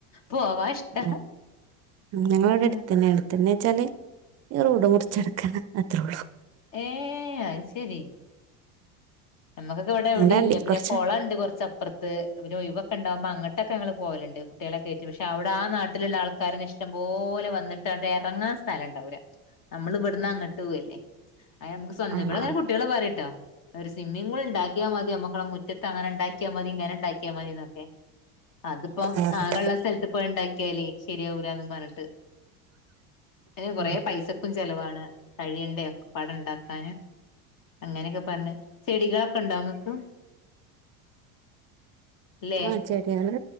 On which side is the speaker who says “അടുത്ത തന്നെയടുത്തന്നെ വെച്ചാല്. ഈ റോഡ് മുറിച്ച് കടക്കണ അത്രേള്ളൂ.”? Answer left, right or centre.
Right